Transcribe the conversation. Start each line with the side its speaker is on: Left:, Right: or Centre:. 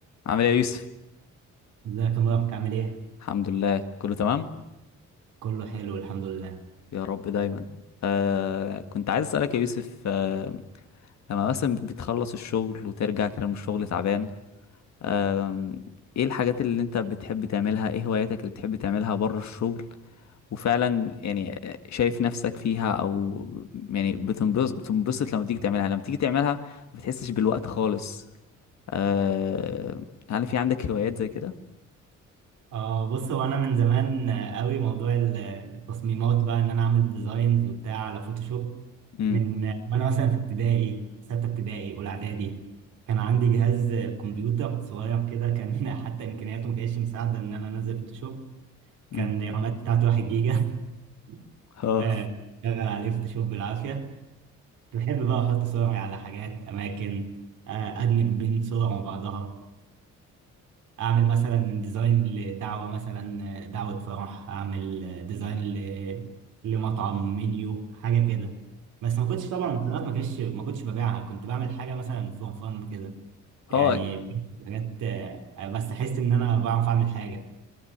Left: عامل ايه يا يوسف
Right: ازيك يا مبارك عامل ايه؟
Left: الحمد لله كله تمام
Right: كله حلو الحمد لله
Left: يا رب دايما آه كنت عايز اسالك يا يوسف آه لما مثلا بتخلص الشغل وترجع كده من الشغل تعبان آه ايه الحاجات اللي انت بتحب تعملها ايه هواياتك اللي بتحب تعملها بره الشغل وفعلا يعني شايف نفسك فيها او يعني بتنبسط بتنبسط لما تيجي تعملها لما تيجي تعملها ما بتحسش بالوقت خالص آه هل في عندك هوايات زي كده
Right: اه بص هو انا من زمان آه، قوي موضوع ال- التصميمات بقى ان انا اعمل ديزاينز وبتاع على فوتوشوب
Left: امم
Right: من آه، وانا مثلا في ابتدائي ستة ابتدائي اولى اعدادي كان عندي جهاز آه، كمبيوتر صغير كده كان <laughs> حتى امكانياته ما كانتش مساعده ان انا انزل فوتوشوب
Left: امم
Right: كان الرامات بتاعته 1 جيجا <laughs>
Left: اه
Right: آه، شغل عليه فوتوشوب بالعافيه كنت بحب بقى احط صوري على حاجات اماكن آه، ادمج بين صور وبعضها اعمل مثلا ديزاين لدعوه مثلا دعوه فرح اعمل ديزاين ل... لمطعم منيو حاجه كده بس ما كنتش طبعا الديزاينات ما كنتش ما كنتش ببيعها كنت بعمل حاجه مثلا فور فان كده يعني
Left: اه
Right: حاجات آه، بس احس ان انا بعرف اعمل حاجه